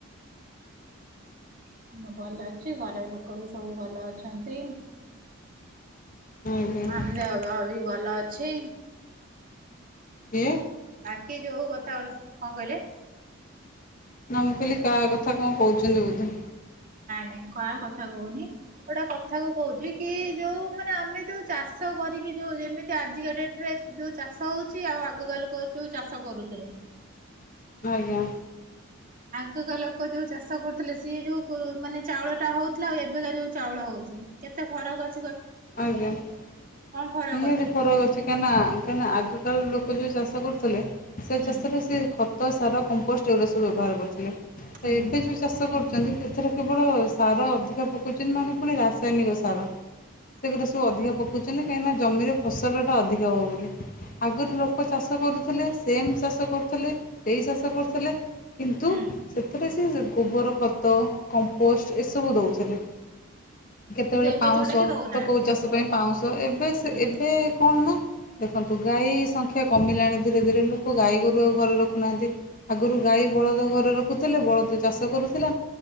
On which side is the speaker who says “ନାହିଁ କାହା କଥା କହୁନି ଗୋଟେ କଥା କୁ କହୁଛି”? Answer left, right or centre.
Right